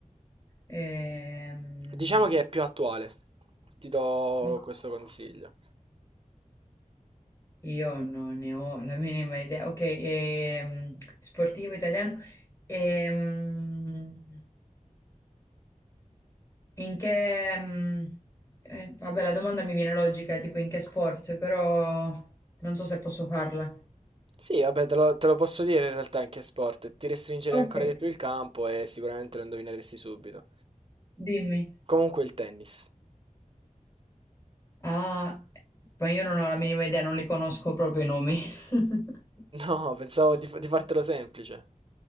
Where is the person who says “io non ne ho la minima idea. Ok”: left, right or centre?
Left